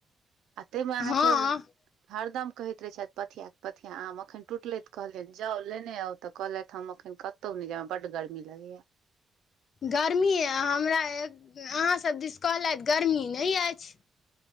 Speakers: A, on the right; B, on the left.
A: आ तईमे अहाँके
B: हँ
A: हरदम कहैत रहै छथि पथियाके पथिया आम एखन टूटलथि तऽ कहलियनि जाउ लेने आउ तऽ कहलथि हम एखन क कतो नै जाब बड गर्मी लगैया
B: गरमी य हमरा अहाँसब दिस कहलथि गर्मी नै अछि